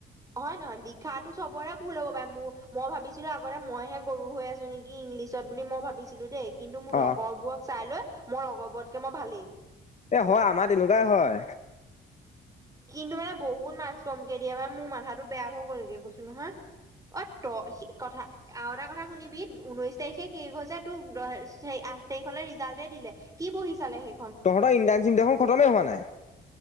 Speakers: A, on the right; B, on the left.
A: হয় নহয় লিখাটো চবৰে। ভুল হ'ব পাৰে মোৰ মই ভাবিছিলো আগতে মইহে গৰু হৈ আছো নেকি ইংলিছত বুলি মই ভাবিছিলো দেই। কিন্তু মোৰ
B: অ
A: লগৰবোৰক চাই লৈ মই লগৰবোৰতকৈ মই ভালেই।
B: এ হয় আমাৰ তেনেকুৱাই হয়।
A: কিন্তু মানে বহুত মাৰ্কচ কমকে দিয়ে মানে মোৰ মাথাটো বেয়া হৈ গ'লগে কৈছো নহয়। অ' ত সি কথা আৰু এটা কথা শুনিবি ঊনৈছ তাৰিখে শেষ হৈছে তোক হেয়ি আঠ তাৰিখলৈ ৰিজাল্টেই দিলে। কি বহি চালেহে।
B: তহঁতৰ ইণ্টান চি দেখোন খতমেই হোৱা নাই।